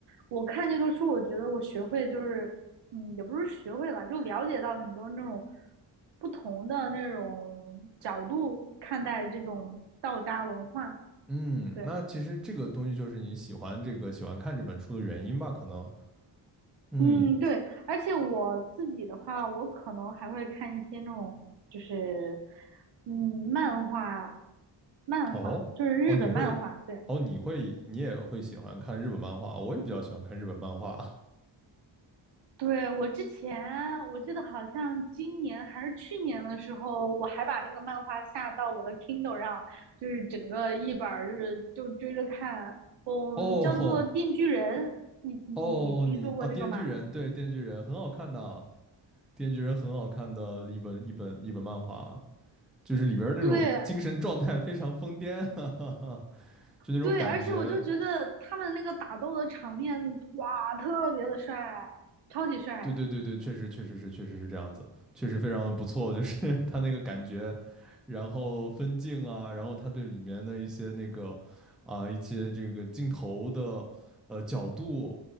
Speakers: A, on the right; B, in the centre.
A: 我看这个书，我觉得我学会就是嗯，也不是学会吧，就了解到很多那种不同的那种角度看待这种道家文化。
B: 嗯，
A: 对，
B: 那其实这个东西就是你喜欢这个喜欢看这本书的原因吧，可能，嗯，
A: 嗯，对，而且我自己的话，我可能还会看一些那种就是嗯漫画，漫画就是日本漫画，
B: 哦哦，你会
A: 对。
B: 哦，你会你也会喜欢看日本漫画，我也比较喜欢看日本漫画，
A: 对，我之前我记得好像今年还是去年的时候，我还把那个漫画下到我的 Kindle 上，就是整个一本儿就是就追着看。嗯，
B: <laughs> 哦
A: 叫做《电锯人》，你你听说过这个吗？
B: 哦，你啊，电锯人》对，《电锯人》很好看的，电锯人》很好看的一本一本一本漫画啊，就是里边儿那种精神状态非常疯癫，
A: 对
B: <laughs> 哈哈，就那种感觉。
A: 对，而且我就觉得他们那个打斗的场面，哇，特别的帅，超级帅。
B: 对对对对，确实确实是确实是这样子，确实非常的不错，<laughs> 就是他那个感觉，然后分镜啊，然后他对里面的一些那个啊、一些这个镜头的呃角度，